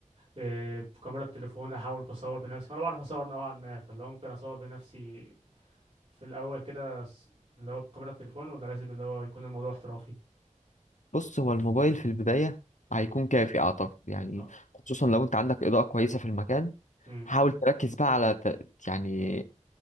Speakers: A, on the right (about 40°); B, on the left (about 70°).
A: آه، بكاميرا التليفون أحاول بصور بنفسي وأنا بعرف أصور نوعا ما فاللي هو ممكن أصور بنفسي في الأول كده س- اللي هو بكاميرا التليفون ولا لازم اللي هو يكون الموضوع احترافي
B: بص هو الموبايل في البداية هيكون
A: مم.
B: كافي اعتقد يعني
A: أه.
B: خصوصا لو انت عندك اضاءة كويسة في المكان
A: مم.
B: حاول تركز بقى على ت... يعني